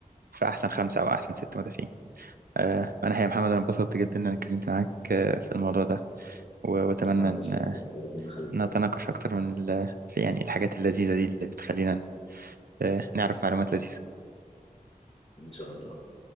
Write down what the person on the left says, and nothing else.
هتبسط
أكتر ربنا يخليك
إن شاء الله